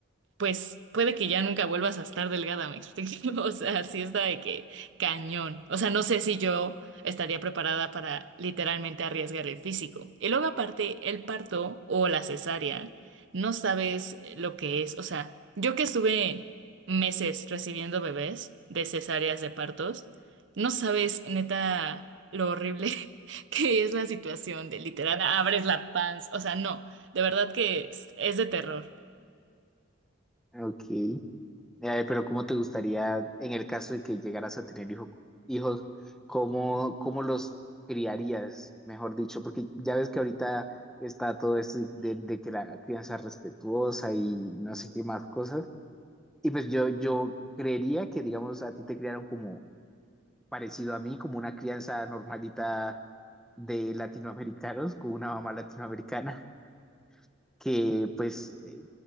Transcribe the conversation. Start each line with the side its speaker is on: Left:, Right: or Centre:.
Right: pues puede que ya nunca vuelvas a estar delgada, ¿me explico? <laughs> O sea, sí está de que cañón. O sea, no sé si yo estaría preparada para literalmente arriesgar el físico. Y luego aparte, el parto o la cesárea, no sabes eh, lo que es. O sea, yo que estuve meses recibiendo bebés de cesáreas de partos, no sabes neta lo horrible <laughs> que es la situación de literal abres la panza. O sea, no, de verdad que es es de terror.
Centre: Ok. Eh, pero ¿cómo te gustaría, en el caso de que llegaras a tener hijo- hijos, cómo, cómo los criarías, mejor dicho? Porque ya ves que ahorita está todo esto de, de que la crianza es respetuosa y no sé qué más cosas. Y pues yo, yo creería que, digamos, a ti te criaron como parecido a mí, como una crianza normalita de latinoamericanos, con una mamá latinoamericana, que pues eh,